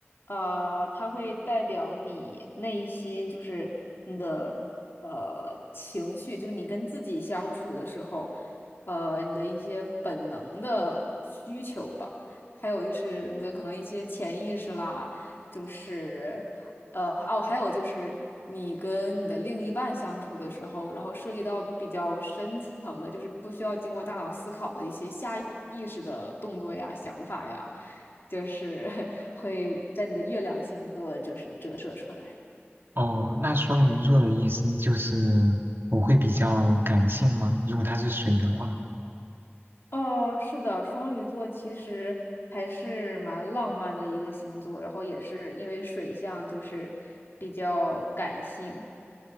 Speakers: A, on the left (about 60°); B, on the right (about 60°).
A: 呃，它会代表你内心，就是你的呃情绪，就你跟自己相处的时候，呃，你的一些本能的需求吧，还有就是你的可能一些潜意识啦，就是。呃，哦，还有就是你跟你的另一半相处的时候，然后涉及到比较深层的，就是不需要经过大脑思考的一些下意识的动作呀、想法呀，就是 <laughs> 会在你的月亮星座就是折射出来。
B: 哦，那双鱼座的意思就是我会比较感性吗？如果他是水的话，
A: 哦，是的，双鱼座其实还是蛮浪漫的一个星座，然后也是因为水象就是比较感性。